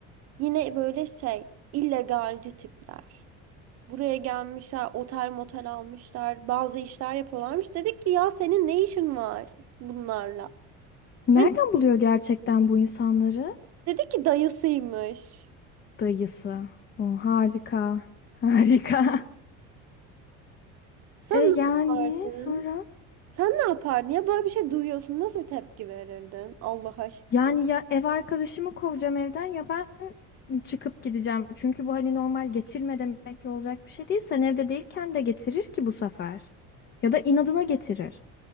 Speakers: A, on the right; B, on the left.
A: yine böyle şey illegalci tipler. Buraya gelmişler, otel motel almışlar, bazı işler yapıyorlarmış. Dedik ki ya senin ne işin var bunlarla?
B: Nereden
A: Ve
B: buluyor gerçekten bu insanları?
A: Dedi ki dayısıymış.
B: Dayısı. O harika. Harika. <laughs>
A: Sen
B: E yani
A: ne yapardın?
B: sonra?
A: Sen ne yapardın? Ya böyle bir şey duyuyorsun. Nasıl bir tepki verirdin? Allah aşkına.
B: Yani ya ev arkadaşımı kovacağım evden ya ben çıkıp gideceğim. Çünkü bu hani normal getirme demekle olacak bir şey değil. Sen evde değilken de getirir ki bu sefer. Ya da inadına getirir.